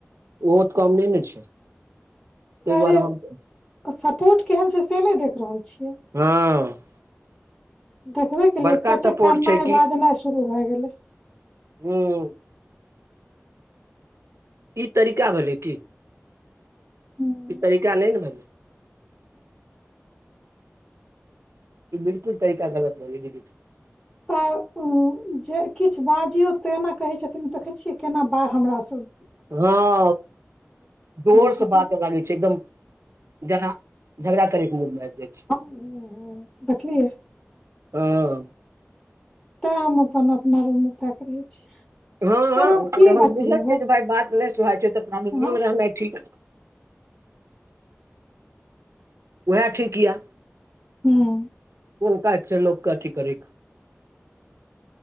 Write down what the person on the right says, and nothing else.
ओहो तऽ कम नहि ने छै ताहि
दुआरे हम
हँ
बड़का
सपोर्ट
छै कि
हूँ ई तरीका भेलै की
ई तरीका नय ने भेलै
ई बिल्कुल तरीका गलत भेलै दीदी
हँ जोरसँ
बात लागै छै एकदम जेहना झगड़ा करै के मूडमे आबि जाइ छै
हँ
हँ
जन
बुझै छियै जे भाय बात नहि सुहाय छै तऽ रूमेमे
रहनाइ ठीक उएह ठीक ये
बलक छै लोक के अथि करै